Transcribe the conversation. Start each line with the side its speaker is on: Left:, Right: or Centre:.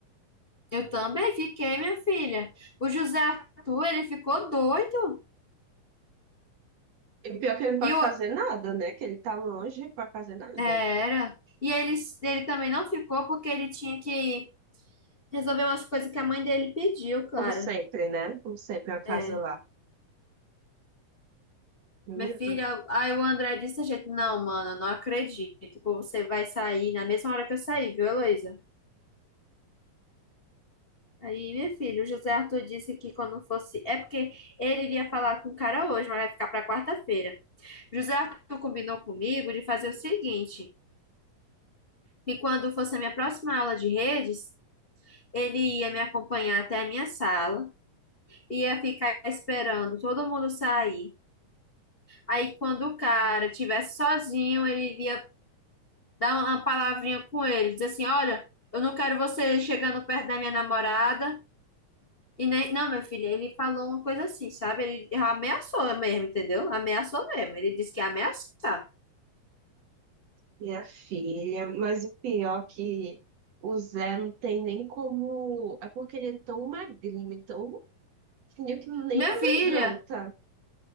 Left: Eu também fiquei, minha filha. O José Arthur, ele ficou doido.
Right: E o pior é que ele não
Left: E
Right: pode
Left: o...
Right: fazer nada, né? Que ele tá longe, não pode fazer nada.
Left: é, Era. E ele, ele também não ficou porque ele tinha que resolver umas coisas que a mãe dele pediu, Clara.
Right: Como sempre, né? Como sempre, a casa
Left: É.
Right: lá. Menina,
Left: Minha filha,
Right: eu
Left: aí o André disse a gente, não, mano, eu não acredito que você vai sair na mesma hora que eu saí, viu, Heloísa? Aí, minha filha, o José Arthur disse que quando fosse. É porque ele iria falar com o cara hoje, mas vai ficar pra quarta-feira. José Arthur combinou comigo de fazer o seguinte. E quando fosse a minha próxima aula de redes, ele ia me acompanhar até a minha sala, ia ficar esperando todo mundo sair. Aí, quando o cara estivesse sozinho, ele ia dar uma palavrinha com ele, dizer assim: Olha, eu não quero você chegando perto da minha namorada. E nem, não, meu filho, ele falou uma coisa assim, sabe? Ele ameaçou mesmo, entendeu? Ameaçou mesmo. Ele disse que ia ameaçar.
Right: Minha filha, mas o pior é que o Zé não tem nem como. É porque ele é tão magrinho, tão Fingiu que nem
Left: Minha
Right: amedronta
Left: filha,